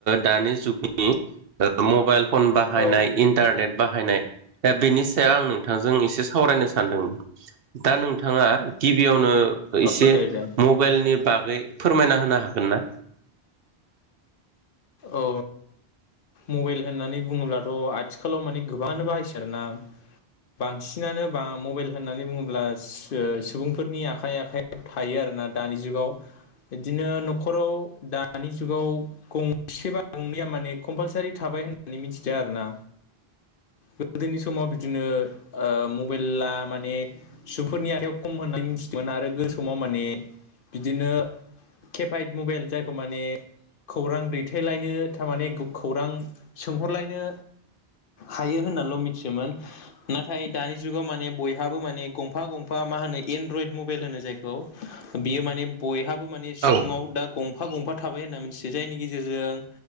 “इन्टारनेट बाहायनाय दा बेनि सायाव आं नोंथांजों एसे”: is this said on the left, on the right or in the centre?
Right